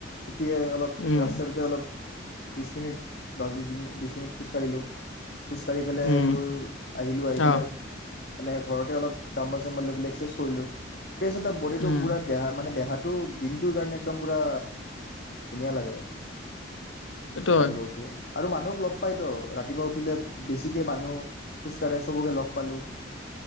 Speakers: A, on the left; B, on the left.
A: উঠিয়ে অলপ
B: উম
A: ৰাস্তাটোতে অলপ বিশ মিনিট দহ বিশিনি বিশ মিনিট খোজকাঢ়িলোঁ খোজকাাঢ়ি পেলাই
B: উম
A: তোৰ আহিলোঁ আহি পেলাই
B: অ
A: মানে ঘৰতে অলপ ডামল চামল লৈফিলে এক্সেছ কৰিলোঁ ফ্ৰেছ এ বডীটো
B: উম
A: পুৰা দেহা মানে দেহাত টো দিনটো কাৰণে পোৰা ধুনীয়া লগে
B: সেইটো
A: ৰাতিপুৱা
B: হয়
A: উঠিয়ে আৰু মানুহক লগ পাইতো ৰাতিপুৱা উঠিলে বেছিকে মানুহ খোজকাঢ়ে চবকে লগ পালোঁ